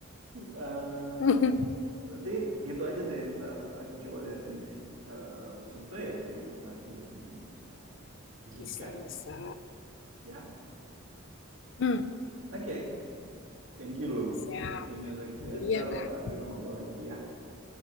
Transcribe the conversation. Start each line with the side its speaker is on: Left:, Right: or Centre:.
Right: Eh,
Left: <laughs>
Right: berarti gitu aja deh ntar aku coba liatin deh. Eh, siapa tahu ya Zaki tertarik juga di bidang itu ntar. Jika,
Left: Bisa, bisa.
Right: jika ya.
Left: Hmm,
Right: Oke, Thank you loh.
Left: siap.
Right: Waktunya Zaki ya.
Left: Iya,
Right: Ntar
Left: Kak.
Right: eh, kita ngobrol lagi ya.